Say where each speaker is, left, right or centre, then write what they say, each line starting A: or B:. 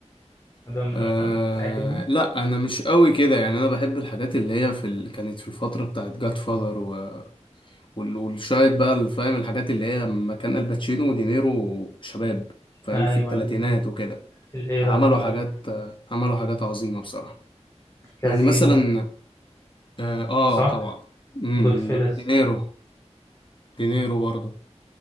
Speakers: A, on the left (about 25°); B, on the left (about 45°).
A: ده من
B: آه
A: الأفلام اللي بتعجبني
B: لا انا مش قوي كده يعني انا بحب الحاجات اللي هي في ال... كانت في الفتره بتاعت جاد فاذر و... وال- والشايد بقى اللي فاهم الحاجات اللي هي لما كان الباتشينو ودينيرو شباب فاهم
A: أيوة
B: في الثلاثينات
A: ال-
B: وكده
A: الإيرا
B: عملوا
A: دي أنا عارف
B: حاجات آه، عملوا حاجات عظيمه بصراحه
A: كازينو
B: يعني مثلا اه, آه
A: صح
B: طبعا مم،
A: جود فيلز
B: دينيرو دينيرو برضه